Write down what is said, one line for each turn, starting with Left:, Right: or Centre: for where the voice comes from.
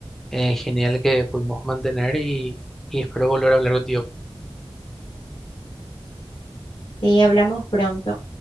Centre: eh, genial que pudimos mantener y, y espero volver a hablar contigo.
Left: Sí, hablamos pronto.